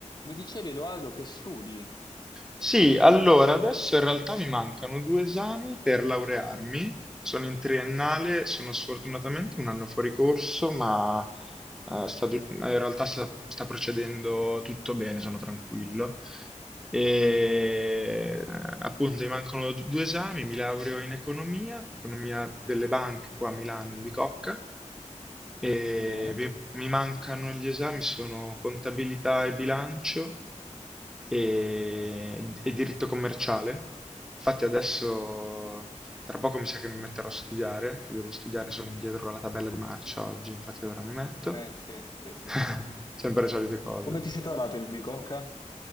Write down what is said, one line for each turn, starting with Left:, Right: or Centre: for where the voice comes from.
Left: Mi dicevi, Edoardo, che studi?
Centre: Sì, allora adesso in realtà mi mancano due esami per laurearmi sono in triennale, sono sfortunatamente un anno fuori corso, ma eh, sta du- in realtà sta, sta procedendo tutto bene, sono tranquillo. E eh, appunto mi mancano d- due esami, mi laureo in economia, economia delle banche qua a Milano, in Bicocca, e
Left: Bene?
Centre: mi mi mancano gli esami, sono contabilità e bilancio e, e diritto commerciale. Infatti adesso tra poco mi sa che mi metterò a studiare, che devo studiare, sono indietro con la tabella di marcia oggi, infatti ora mi metto.
Left: Eh sì, sì, sì,
Centre: <laughs>
Left: sì.
Centre: Sempre le solite cose.
Left: Come
Centre: dici.
Left: ti sei trovato in bicocca?